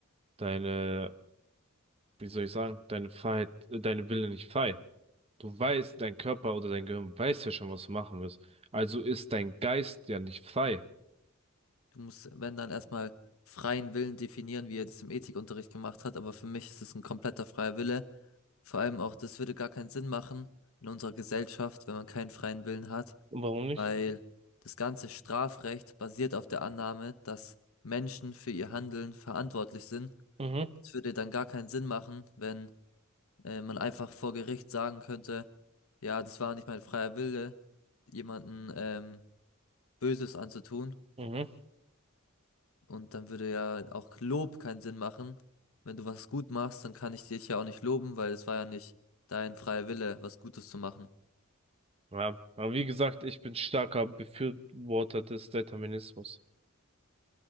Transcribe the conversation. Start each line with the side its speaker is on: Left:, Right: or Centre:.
Right: deine, wie soll ich sagen, deine Freiheit, äh, deine Wille nicht frei. Du weißt, dein Körper oder dein Gehirn weiß ja schon, was du machen willst. Also ist dein Geist ja nicht frei.
Left: Du musst, wenn dann erstmal freien Willen definieren, wie er das im Ethikunterricht gemacht hat, aber für mich ist es ein kompletter freier Wille. Vor allem auch, das würde gar keinen Sinn machen in unserer Gesellschaft, wenn man keinen freien Willen hat,
Right: Warum nicht?
Left: weil das ganze Strafrecht basiert auf der Annahme, dass Menschen für ihr Handeln verantwortlich sind.
Right: Mhm,
Left: Es würde dann gar keinen Sinn machen, wenn äh, man einfach vor Gericht sagen könnte, ja, das war nicht mein freier Wille, jemanden ähm, Böses anzutun.
Right: mhm.
Left: Und dann würde ja auch Lob keinen Sinn machen. Wenn du was gut machst, dann kann ich dich ja auch nicht loben, weil es war ja nicht dein freier Wille, was Gutes zu machen.
Right: Ja, aber wie gesagt, ich bin starker Befürworter des Determinismus.